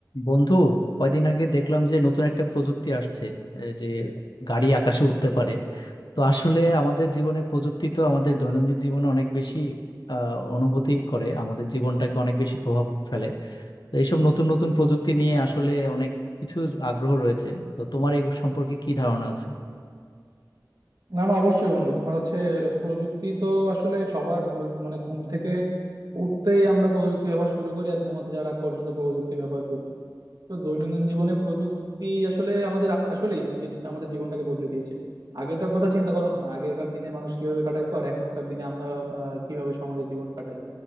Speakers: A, on the left; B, on the right.
A: বন্ধু কয়দিন আগে দেখলাম যে নতুন একটা প্রযুক্তি আসছে এ, যে গাড়ি আকাশে উঠতে পারে তো আসলে আমাদের জীবনে প্রযুক্তি তো আমাদের দৈনন্দিন জীবনে অনেক বেশি আহ, অনুভূতি করে আমাদের জীবনটাকে অনেক বেশি প্রভাব ফেলে তো এইসব নতুন নতুন প্রযুক্তি নিয়ে আসলে অনেক কিছু আগ্রহ রয়েছে তো তোমার এই সম্পর্কে কি ধারণা আছে
B: না না অবশ্যই বন্ধু তোমার হচ্ছে প্রযুক্তি তো আসলে সবার ঘু- মানে ঘুম থেকে উঠতেই আমরা প্রযুক্তি ব্যবহার শুরু করি আর ঘুমাতে যাওয়ার আগ পর্যন্ত প্রযুক্তি ব্যবহার করি তো দৈনন্দিন জীবনে প্রযুক্তি আসলে আমাদের আসলেই নিজে আমাদের জীবনটাকে বদলে দিয়েছে আগেরকার কথা চিন্তা করো না আগেরকার দিনে মানুষ কিভাবে কাটাইতো আর এখনকার দিনে আমরা আহ, কিভাবে সমাজে জীবন কাটাই